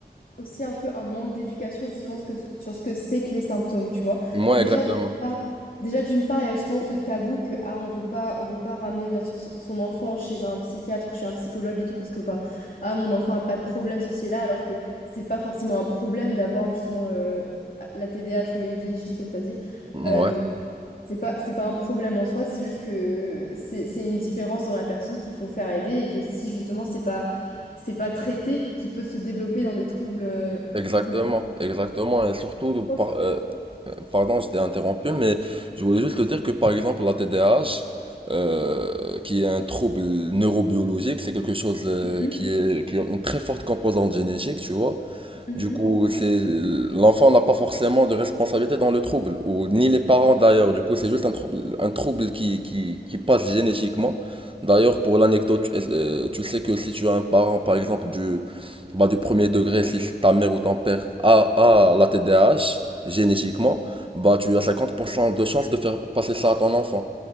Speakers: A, on the left (about 55°); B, on the right (about 30°).
A: aussi un peu un manque d'éducation justement ce que- sur ce que c'est que les symptômes, tu vois.
B: Moi,
A: Déjà,
B: exactement.
A: d'une part, déjà d'une part, il y a justement ce tabou que ah, on veut pas, on veut pas ramener notre- son enfant chez un psychiatre ou chez un psychologue et tout parce que bah ah mon enfant a pas de problème ceci et là alors que c'est pas forcément un problème d'avoir justement euh, la TDAH ou ADHD comme t'as dit.
B: Ouais,
A: Euh, c'est pas, c'est pas un problème en soi, c'est juste que c'est, c'est une différence dans la personne qu'il faut faire aider et que si justement c'est pas, c'est pas traité, qui peut se développer dans des troubles euh,
B: exactement,
A: beaucoup plus.
B: exactement. Et surtout,
A: Je pense
B: par-
A: que-
B: euh, euh, pardon, je t'ai interrompu, mais je voulais juste te dire que, par exemple, la TDAH, euh, qui est un trouble neurobiologique, c'est quelque chose euh,
A: Mhm,
B: qui est, qui a une très forte composante génétique, tu vois.
A: mhm.
B: Du coup, c'est l'enfant n'a pas forcément de responsabilité dans le trouble, ou ni les parents d'ailleurs. Du coup, c'est juste un trouble, un trouble qui, qui, qui passe génétiquement. D'ailleurs, pour l'anecdote, tu euh, tu sais que si tu as un parent, par exemple, du, bah, du premier degré, si ta mère ou ton père a, a la TDAH, génétiquement, bah, tu as 50% de chances de faire passer ça à ton enfant.